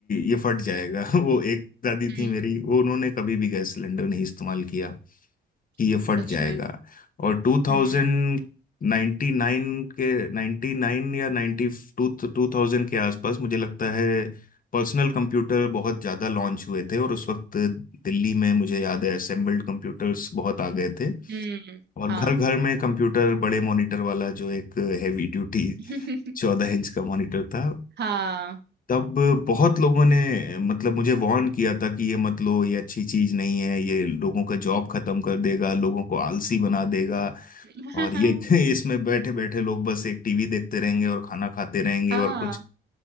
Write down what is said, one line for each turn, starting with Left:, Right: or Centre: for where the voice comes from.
Left: ये फट जाएगा <laughs> वो एक दादी
Right: हम्म,
Left: थी मेरी वो उन्होंने कभी भी गैस सिलेंडर नहीं इस्तेमाल किया कि ये फट
Right: सच
Left: जाएगा
Right: में
Left: और 2099
Right: हम्म.
Left: के 99 या 90 टू 2000 के आसपास मुझे लगता है पर्सनल कंप्यूटर बहुत ज़्यादा लॉन्च हुए थे और उस वक्त दिल्ली में मुझे याद है असेंबल्ड कंप्यूटर्स बहुत आ गए थे
Right: हम्म
Left: और
Right: हाँ
Left: घर घर में कंप्यूटर बड़े मॉनिटर वाला जो एक हैवी ड्यूटी
Right: <laughs>
Left: चौदह इंच का मॉनिटर था
Right: हाँ
Left: तब बहुत लोगों ने मतलब मुझे वार्न किया था कि ये मत लो ये अच्छी चीज नहीं है ये लोगों का जॉब खत्म कर देगा लोगों को आलसी बना देगा
Right: <laughs>
Left: और ये <laughs> इसमें बैठे बैठे लोग बस एक टीवी देखते रहेंगे और खाना खाते रहेंगे
Right: हाँ
Left: और कुछ